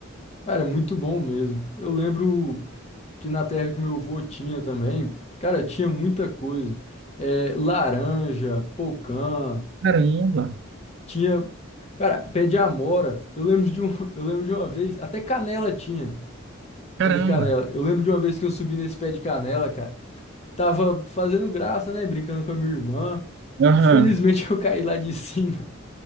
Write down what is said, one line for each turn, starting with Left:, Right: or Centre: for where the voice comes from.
Left: Cara, é muito bom mesmo. Eu lembro que na terra que meu avô tinha também, cara, tinha muita coisa. É, laranja, pocã,
Right: Caramba,
Left: tinha, cara, pé de amora. Eu lembro de um, <laughs> eu lembro de uma vez, até canela tinha,
Right: caramba.
Left: pé de canela. Eu lembro de uma vez que eu subi nesse pé de canela, cara. Tava fazendo graça, né, brincando com a minha irmã.
Right: Aham,
Left: Infelizmente <laughs> eu caí lá de cima.